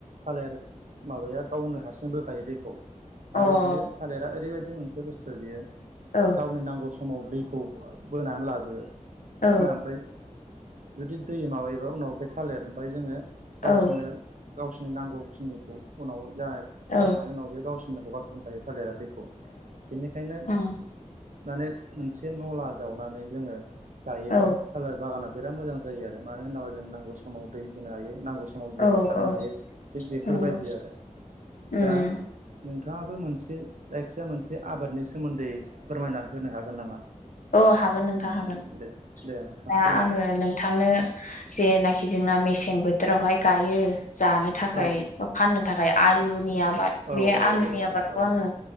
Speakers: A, on the right; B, on the left.
A: थालिर माबाया गावनो हारसिं बोखायो दैखौ
B: अ
A: आरो बियो थालिरा ओरैबायदि मोनसे बुस्थु बियो
B: औ
A: गावनि नांगौ समाव दैखौ बोनानै लाजो ह
B: औ
A: ओमफ्राय जुदि दै माबायोबा उनाव थालिर ओमफ्राय जोङो
B: औ
A: गावसोरनो गावसोरनि नांगौखिनिखौ उनाव जानाय
B: औ अ
A: जाखांनायनि उनाव बे गावसोर सिनाखौ गारहनोखायो थालिरा दैखौ बेनिखायनो
B: उम
A: माने मोनसे नला जावनानै जोङो गायोबा
B: औ
A: थालिर बागाना बिराद मोजां जायो आरो मानो होनोब्ला जों नांगौ समाव दै होनो हायो नांगौ समाव
B: अ औ
A: हायो
B: औ
A: थि बेफोरबायदि
B: नंगौ
A: आरो
B: उम
A: द नोंथाङाबो मोनसे जायखिजया मोनसे आबादनि सोमोन्दै फोरमायना होनो हागोन नामा?
B: औ हागोन नोंथां हागोन
A: दे दे नोंथाङा
B: दा
A: फोरमायलाय
B: आङो नोंथांनो जेनाखि जोंना मेसें बोथोरावहाय गायो जानो थाखाय
A: औ
B: फाननो थाखाय आलुनिया आबाद
A: औ
B: बे
A: औ
B: आलुनि आबादखौ
A: औ
B: आंङो